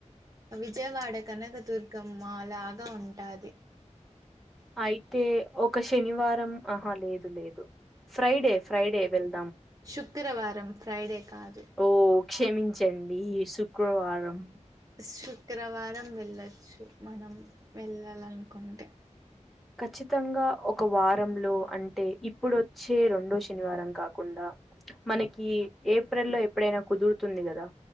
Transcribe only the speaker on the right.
విజయవాడ కనకదుర్గమ్మ లాగా ఉంటాది
శుక్రవారం ఫ్రైడే కాదు
శుక్రవార రం వెళ్ళొచ్చు మనం వెళ్ళాలనుకుంటే